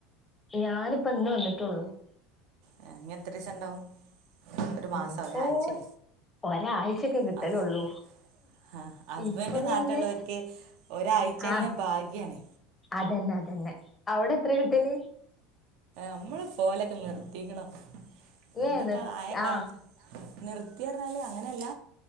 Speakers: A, on the left; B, on the right.
A: ഞാനിപ്പ ഇന്ന് വന്നിട്ടുള്ളൂ
B: ഏഹ് ഇനി എത്രീസം ഉണ്ടാവും ഒരു മാസൊ
A: ഇനിയിപ്പോ
B: ഒരാഴ്ചെ.
A: ഒരാഴ്ചൊക്കെ കിട്ടലുള്ളൂ
B: ഹസ് ഹാ ഹസ്ബൻഡ്
A: ഇപ്പൊ പിന്നെ
B: നാട്ടിലുള്ളവർക്കെ ഒരാഴ്ചന്നെ
A: ആ
B: ഭാഗ്യാണ്
A: അതന്നെ അതന്നെ അവിടെ എത്ര കിട്ടല്
B: നമ്മള് പോവലൊക്കെ നിർത്തിക്ക്ണ് നമ്മളൊക്കെ
A: ഏ നിർ
B: ആയക്കാല
A: ആ
B: നിർത്തി പറഞ്ഞാല് അങ്ങനല്ല